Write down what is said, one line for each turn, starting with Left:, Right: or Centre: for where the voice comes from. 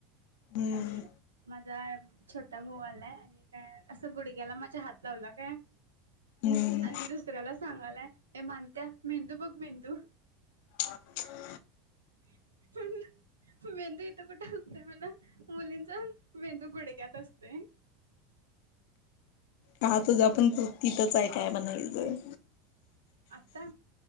Left: हम्म
Right: आणि माझा छोटा भाऊ आलाय आणि काय असं गुडघ्याला माझ्या हात लावला काय
Left: हम्म
Right: आणि दुस दुस ऱ्याला सांगालाय माणकया मेंदू बघ मेंदू
Left: ह <unintelligible>
Right: <unintelligible> मेंदू इथं कुठे असतोय म्हण मुलींचा मेंदू गुडघ्यात असतोय.
Left: हह तुझ आपण तिथंच आहे काय म्हणायचंय
Right: आता